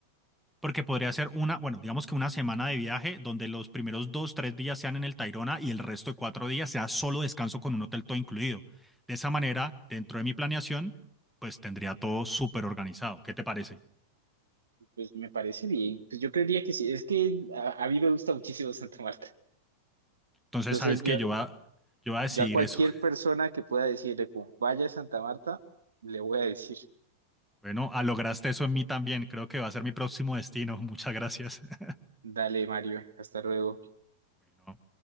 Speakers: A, in the centre; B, on the right.
A: Porque podría ser una, bueno, digamos que una semana de viaje donde los primeros dos, tres días sean en el Tayrona y el resto de cuatro días sea solo descanso con un hotel todo incluido. De esa manera, dentro de mi planeación, pues tendría todo súper organizado. ¿Qué te parece?
B: pues me parece bien. Pues yo creería que sí, es que a, a mí me gusta muchísimo <laughs> Santa Marta.
A: Entonces,
B: Entonces
A: sabes
B: yo,
A: que yo voy a, yo voy a decidir
B: yo a cualquier
A: eso. <laughs>
B: persona que pueda decirle como vaya a Santa Marta, le voy a decir,
A: Bueno, ah, lograste eso en mí también. Creo que va a ser mi próximo destino. Muchas gracias. <laughs>
B: dale Mario, hasta luego.
A: Bueno,